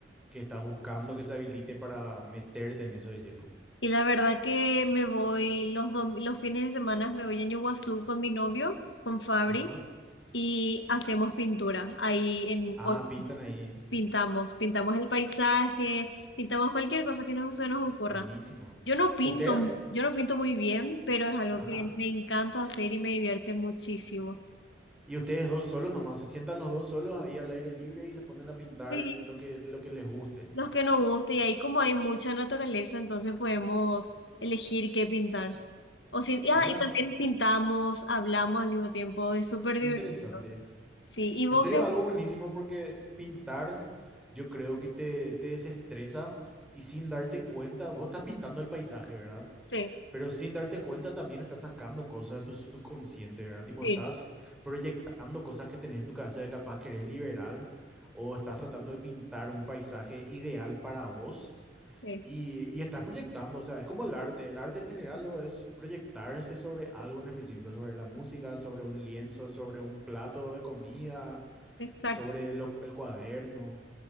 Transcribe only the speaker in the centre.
que estás buscando que se habilite para meterte en eso de lleno.
Ajá.
Ah, pintan ahí.
Buenísimo.
Usted,
Ajá.
y ustedes dos solos nomás, se sientan los dos solos ahí al aire libre y se ponen a pintar
lo que, lo que les guste.
Mira,
qué
interesante.
En serio,
algo buenísimo porque pintar yo creo que te, te desestresa y sin darte cuenta, vos estás pintando el paisaje, ¿verdad?
pero sin darte cuenta también estás sacando cosas de tu subconsciente, ¿verdad? Tipo,
estás proyectando cosas que tenés en tu cabeza de capaz que eres liberal o estás tratando de pintar un paisaje ideal para vos
y, y estás proyectando, o sea, es como el arte, el arte en general lo es proyectarse sobre algo en específico, sobre la música, sobre un lienzo, sobre un plato de comida,
sobre lo- el cuaderno,